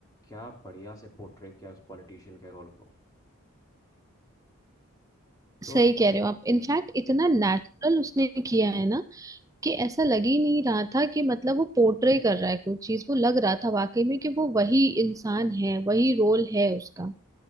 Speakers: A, on the left; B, on the right.
A: क्या बढ़िया से पोर्ट्रे किया उस पॉलिटिशियन के रोल को तो
B: सही कह रहे हो आप इनफैक्ट इतना नेचुरल उसने किया है ना कि ऐसा लग ही नहीं रहा था कि मतलब वो पोर्ट्रे कर रहा है कोई चीज वो लग रहा था वाकई में कि वो वही इंसान है वही रोल है उसका